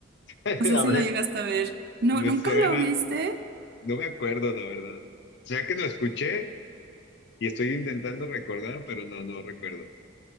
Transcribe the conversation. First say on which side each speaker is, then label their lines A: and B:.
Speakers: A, on the left; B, on the right.
A: <laughs>
B: No sé
A: A
B: si
A: ver,
B: lo llegaste a ver. No,
A: me
B: ¿nunca
A: suena,
B: lo viste?
A: no me acuerdo, la verdad. Sé que lo escuché y estoy intentando recordar, pero no, no recuerdo.